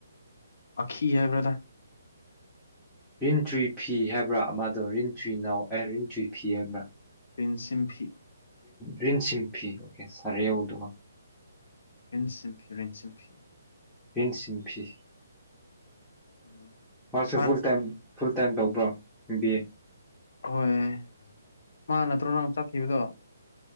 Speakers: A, on the left (about 60°); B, in the centre.
A: ꯑꯈꯤ ꯍꯥꯏꯕ꯭ꯔꯗ
B: ꯔꯤꯟꯆꯨꯢ ꯐꯤ ꯍꯥꯏꯕ꯭ꯔꯥ ꯑꯃꯥꯗꯣ ꯔꯤꯟꯆꯤꯅꯥꯎ ꯑꯦ ꯔꯤꯟꯆꯨꯢ ꯐꯤ ꯍꯥꯏꯕ꯭ꯔꯥ
A: ꯔꯤꯟꯁꯤꯝꯐꯤ
B: ꯔꯤꯟꯁꯤꯝꯐꯤ ꯑꯣꯀꯦ ꯁꯥꯔ ꯌꯧꯗꯕ
A: ꯔꯤꯟꯁꯤꯝꯐꯤ ꯔꯤꯟꯁꯤꯝꯐꯤ
B: ꯔꯤꯟꯁꯤꯝꯐꯤ
A: ꯎꯝ
B: ꯃꯁꯨ
A: ꯃꯥ
B: ꯐꯨꯜ ꯇꯥꯏꯝ ꯐꯨꯜ ꯇꯥꯝ ꯇꯧꯕ꯭ꯔ ꯕꯤ ꯑꯦ
A: ꯍꯣꯏ ꯃꯥ ꯅꯠꯇ꯭ꯔꯣ ꯅꯪ ꯆꯠꯈꯤꯕꯗꯣ